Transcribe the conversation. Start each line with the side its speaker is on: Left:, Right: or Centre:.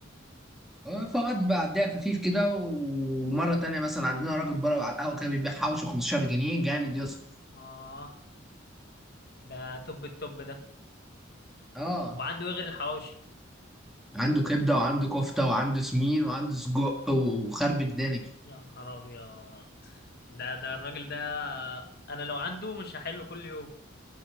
Centre: آه، فقط بعديها خفيف كده ومره تانية مثلا عندنا راجل بره على القهوه كده بيبيع حوشه 15 جنيه جامد يا اسطى
Left: اه ده توب التوب ده
Centre: اه
Left: وعنده ايه غير الحواوشي
Centre: عنده كبده وعنده كفته وعنده سمين وعنده سجق وخرب الدنيا
Left: يا نهار ابيض ده ده الراجل ده انا لو عنده مش هحله كل يوم